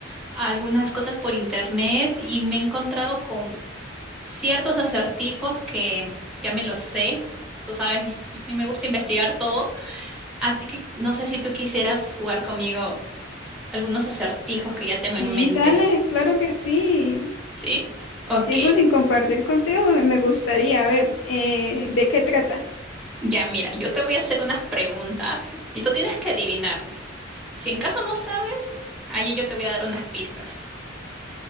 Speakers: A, in the centre; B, on the left.
A: algunas cosas por internet y me he encontrado con ciertos acertijos que ya me los sé. Tú sabes, y- y a mí me gusta investigar todo, así que no sé si tú quisieras jugar conmigo algunos acertijos que ya tengo en
B: Sí,
A: mente.
B: dale, claro que sí.
A: ¿Sí? Ok.
B: Tiempo sin compartir contigo, me, me gustaría, a ver, eh, ¿de qué trata?
A: Ya, mira, yo te voy a hacer unas preguntas y tú tienes que adivinarme. Si en caso no sabes, ahí yo te voy a dar unas pistas.